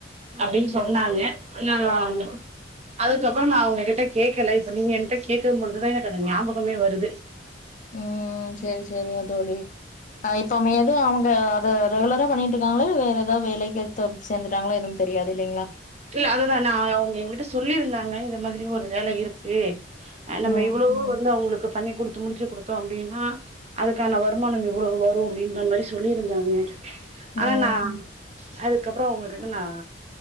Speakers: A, on the right; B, on the left.
A: அப்டின்னு சொன்னாங்க <unintelligible> அதுக்கப்புறோ நா அவங்ககிட்ட கேக்கல இப்ப நீங்க என்ட கேக்கோ பொழுதுதா எனக்கு அது ஞாபகமே வருது
B: உம் சேரி செரிங்க தோழி அ இப்ப ஏது அவங்க அத ரெகுலரா பண்ணிட்டுயிருக்காங்களா இல்ல வேற எதாவது வேலைக்கு சேர்ந்துட்டாங்களா எதுவோ தெரியாதுயில்லங்களா
A: இல்ல அதுதானா அவங்க என்கிட்ட சொல்லியிருந்தாங்க இது மாதிரி ஒரு வேல இருக்கு நம்ம
B: ம்
A: இவ்ளோவோ வந்து அவங்களுக்கு பண்ணி குடுத்து முடிச்சு குடுத்தோ அப்டின்னா அதுக்கான வருமானோ இவ்ளோவு வரோ அப்டின்றா மாதிரி சொல்லியிருந்தாங்க
B: ம்
A: ஆனா நா அதுக்கப்பறோ உங்களுக்கு க்குன்னா